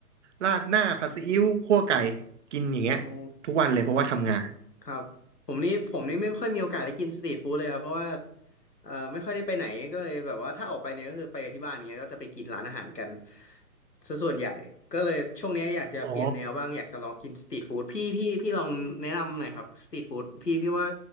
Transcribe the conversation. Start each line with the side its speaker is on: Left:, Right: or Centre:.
Right: ราดหน้าผัดซีอิ๊วคั่วไก่กินอย่างเงี้ยทุกวันเลยเพราะว่าทำงาน
Left: โอ้ครับผมนี่ผมนี่ไม่ค่อยมีโอกาสได้กินสตรีทฟู้ดเลยครับเพราะว่าเอ่อไม่ค่อยได้ไปไหนก็เลยแบบว่าถ้าออกไปเนี่ยก็คือไปกับที่บ้านอย่างเงี้ยก็จะไปกินร้านอาหารกันซะส่วนใหญ่ก็เลยช่วงนี้อยากจะเปลี่ยนแนวบ้างอยากจะลองกินสตรีทฟู้ดพี่พี่พี่ลองแนะนำหน่อยครับสตรีทฟู้ดพี่พี่ว่า
Right: อ๋อ